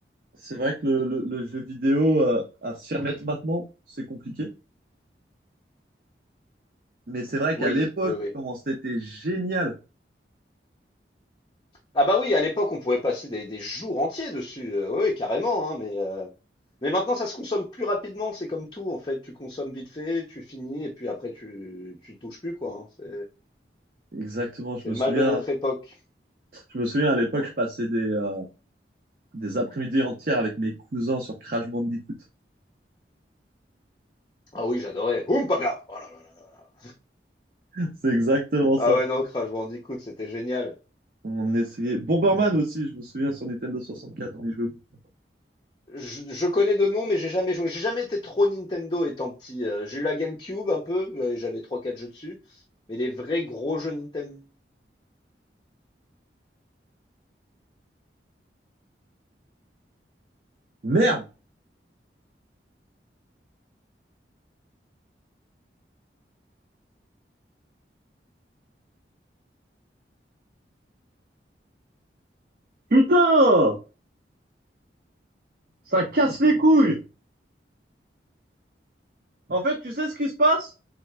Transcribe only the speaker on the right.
C'est vrai que le, le- le jeu vidéo, euh, à s'y remettre maintenant, c'est compliqué. Mais c'est vrai qu'à
l'époque,
comment c'était génial.
Exactement, je
me
souviens,
je me souviens à l'époque, je passais des, euh, des après-midi entières avec mes cousins sur Crash Bandicoot.
<laughs> C'est exactement
ça.
On essayait. Bomberman aussi, je me souviens sur Nintendo 64, on y jouait beaucoup.
Merde! Putain! Ça casse les couilles! En fait, tu sais ce qui se passe?